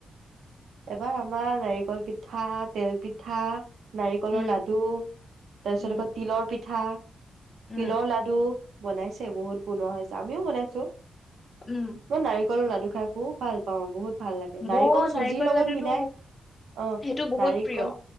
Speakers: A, on the right; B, on the left.
A: এবাৰ আমাৰ নাৰিকল পিঠা তেল পিঠা নাৰিকলৰ
B: উম
A: লাডু তাৰ পিছত
B: উম
A: আকৌ তিলৰ পিঠ ঠা
B: উম
A: তিলৰ লাডু বনাইছে বহুত বনোৱা হৈছে আমিও বনাইছো
B: উম
A: মই নাৰিকলৰ লাডু খ খু ভাল পাওঁ বহুত ভাল লাগে
B: মই
A: নাৰিকল চুজিৰ লগত
B: লাডুটো
A: মিলাই অ
B: সেইটো বহুত
A: নাৰিকল
B: প্ৰিয়